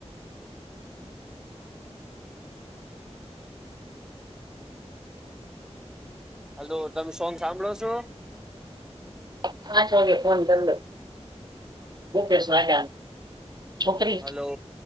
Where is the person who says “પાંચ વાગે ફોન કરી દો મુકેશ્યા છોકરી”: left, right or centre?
Right